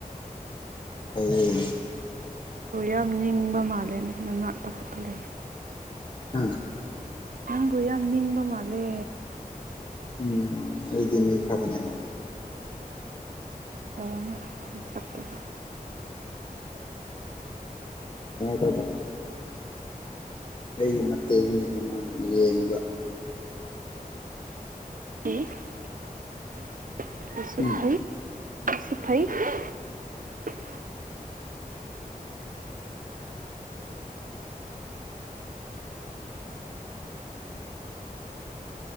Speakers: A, on the left; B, on the right.
A: ꯂꯩꯌꯦ
B: ꯕꯨ ꯌꯥꯝ ꯅꯤꯡꯕ ꯃꯥꯜꯂꯦꯅꯦꯅ ꯉꯅꯥꯠꯄ ꯈꯛꯄ ꯂꯩꯌꯦ
A: ꯍꯥ
B: ꯇꯕꯨ ꯌꯥꯝ ꯌꯥꯝ ꯅꯤꯡꯕꯃꯂꯦ
A: ꯎꯝ ꯑꯩꯗꯤ ꯃꯤ ꯐꯕꯅꯦ
B: ꯇꯔꯅ ꯃꯁꯞ ꯇꯗ
A: ꯀꯩꯅꯣ ꯇꯧꯕ ꯑꯩꯒꯤ ꯃꯇꯦꯡꯗꯒꯤ ꯃꯥ ꯌꯦꯡꯕ
B: ꯐ
A: ꯎꯝ